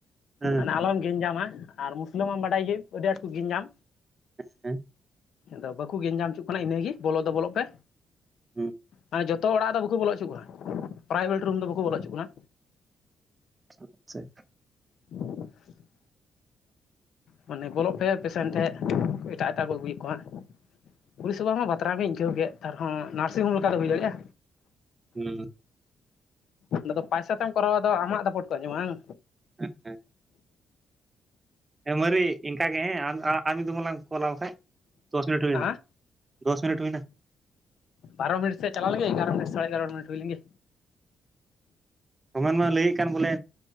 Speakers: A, on the right; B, on the left.
A: ᱦᱮᱸ
B: ᱢᱟᱱᱮ ᱟᱞᱚᱢ ᱜᱮᱧᱡᱟᱢᱟ ᱟᱨ ᱢᱩ ᱚᱱᱮ ᱢᱟᱢ ᱵᱟᱰᱟᱭ ᱜᱮ ᱟᱹᱰᱤ ᱟᱸᱴ ᱠᱚ ᱜᱮᱧᱡᱟᱢ
A: ᱦᱮᱸ <unintelligible>
B: ᱟᱫᱚ ᱵᱟᱠᱚ ᱜᱮᱧᱡᱟᱢ ᱪᱚᱜ ᱠᱟᱱᱟ ᱤᱱᱟᱹᱜᱮ ᱵᱚᱞᱚ ᱫᱚ ᱵᱚᱞᱚᱜ ᱯᱮ
A: ᱦᱩᱸ
B: ᱢᱟᱱᱮ ᱡᱚᱛᱚ ᱚᱲᱟᱜ ᱫᱚ ᱵᱟᱠᱚ ᱵᱚᱞᱚ ᱚᱪᱚᱣᱟᱜ ᱠᱟᱱᱟ ᱯᱨᱟᱭᱵᱷᱮᱴ ᱨᱩᱢ ᱫᱚ ᱵᱟᱠᱚ ᱵᱚᱞᱚ ᱚᱪᱚᱣᱟᱜ ᱠᱟᱱᱟ
A: <inaudible>
B: <inaudible> ᱢᱟᱱᱮ ᱵᱚᱞᱚᱜ ᱯᱮ ᱯᱮᱥᱮᱱ ᱴᱷᱮᱡ ᱮᱴᱟᱜ ᱮᱴᱟᱜ ᱠᱚ ᱟᱹᱜᱩᱭᱮᱫ ᱠᱚᱣᱟ ᱯᱚᱨᱤᱥᱮᱵᱟ ᱢᱟ ᱵᱟᱛᱨᱟᱣ ᱜᱤᱧ ᱟᱹᱭᱠᱟᱹᱣ ᱠᱮᱫ ᱟᱨ ᱦᱚᱸ ᱱᱟᱨᱥᱤᱝ ᱦᱳᱢ ᱞᱮᱠᱟ ᱫᱚ ᱦᱩᱭ ᱫᱟᱲᱮᱭᱟᱜᱼᱟ
A: ᱦᱩᱸ
B: ᱚᱰᱮ ᱫᱚ ᱯᱚᱭᱥᱟ ᱛᱮᱢ ᱠᱚᱨᱟᱣᱟ ᱫᱚ ᱟᱢᱟᱜ ᱫᱟᱯᱚᱴ ᱠᱚ ᱟᱡᱚᱢᱟ ᱵᱟᱝ
A: ᱦᱮᱸ ᱦᱮᱸ ᱢᱟᱹᱨᱤ ᱤᱱᱠᱟ ᱜᱮ ᱦᱮᱸ ᱟᱨ ᱢᱤᱫ ᱫᱚᱢᱞᱟᱝ ᱠᱚᱞᱼᱟ ᱠᱷᱟᱡ ᱫᱚᱥ ᱢᱤᱱᱤᱴ ᱦᱩᱭ ᱮᱱᱟ
B: ᱦᱮᱸ
A: ᱫᱚᱥ ᱢᱤᱱᱤᱴ ᱦᱩᱭᱱᱟ
B: ᱵᱟᱨᱚ ᱢᱤᱱᱤᱴ ᱥᱮᱫ ᱪᱟᱞᱟᱣ ᱞᱮᱱ ᱜᱮ ᱮᱜᱟᱨᱚ ᱢᱤᱴᱤᱴ ᱥᱟᱲᱮ ᱮᱜᱟᱨᱚ ᱢᱤᱱᱤᱴ ᱦᱩᱭ ᱞᱮᱜᱮ
A: ᱨᱚᱢᱮᱱ ᱢᱟ ᱞᱟᱹᱭ ᱮᱫ ᱠᱟᱱ ᱵᱚᱞᱮ